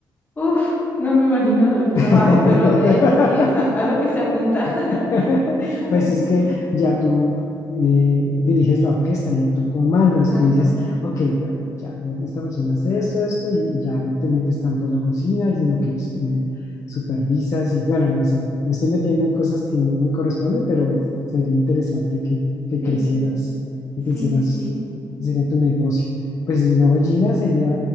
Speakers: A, on the left (about 20°); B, on the left (about 40°).
A: uff, no me imagino el trabajo,
B: <laughs>
A: pero eh, sí, es a, a lo que se apunta. <laughs>
B: <laughs>
A: Sí. <laughs>
B: Pues es que ya tú eh, diriges la orquesta, ya tú comandas,
A: Exacto.
B: tú dices, ok, bueno, ya esta persona hace esto, esto, y ya no te metes tanto en la cocina, sino que pues, eh, supervisas y bueno, no sé, me estoy metiendo en cosas que no me corresponden, pero sería interesante que, que
A: Sí,
B: crecieras, que
A: sí,
B: crecieras,
A: sí, sí,
B: sería tu negocio. Pues no, Gina, sería